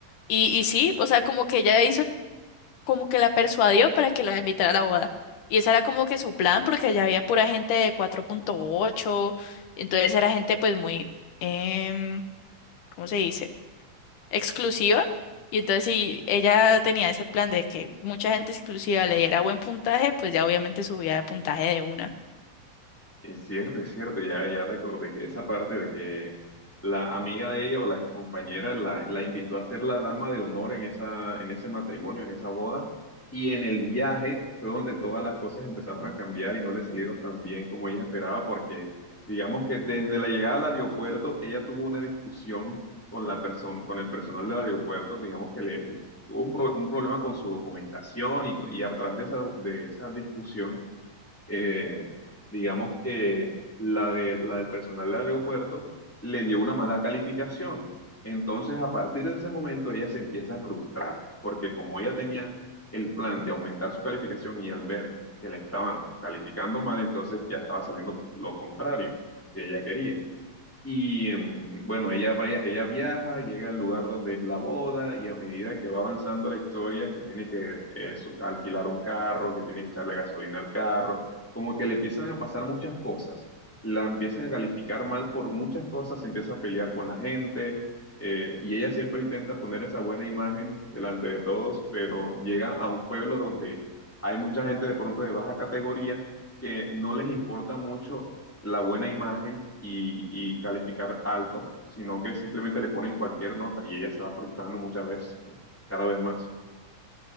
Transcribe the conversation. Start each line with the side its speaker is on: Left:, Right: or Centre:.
Left: Y, y sí, o sea, como que ella hizo, como que la persuadió para que la invitara a la boda. Y ese era como que su plan, porque allá había pura gente de cuatro punto ocho entonces era gente pues muy, em, ¿cómo se dice? exclusiva. Y entonces si ella tenía ese plan de que mucha gente exclusiva le diera buen puntaje, pues ya obviamente subía de puntaje de una.
Centre: Es cierto, es cierto, ya, ya recordé que esa parte de que la amiga de ella o la compañera la, la invitó a ser la dama de honor en esa, en ese matrimonio, en esa boda, y en el viaje fue donde todas las cosas empezaron a cambiar y no le salieron tan bien como ella esperaba, porque digamos que desde la llegada al aeropuerto ella tuvo una discusión con la persona, con el personal del aeropuerto, digamos que le tuvo un, pro- un problema con su documentación y, y a través de esa, de esa discusión eh, digamos que la de, la del personal del aeropuerto le dio una mala calificación. Entonces, a partir de ese momento, ella se empieza a frustrar, porque como ella tenía el plan de aumentar su calificación y al ver que le estaban calificando mal, entonces ya estaba saliendo lo contrario que ella quería. Y em, bueno, ella, vaya- ella viaja, llega al lugar donde es la boda y a medida que va avanzando la historia, que tiene que eh, su- alquilar un carro, que tiene que echarle gasolina al carro, como que le empiezan a pasar muchas cosas. La empiezan a calificar mal por muchas cosas, se empieza a pelear con la gente eh, y ella siempre intenta poner esa buena imagen delante de todos, pero llega a un pueblo donde hay mucha gente de pronto de baja categoría que no les importa mucho la buena imagen y, y calificar alto, sino que simplemente le ponen cualquier nota y ella se va frustrando muchas veces, cada vez más.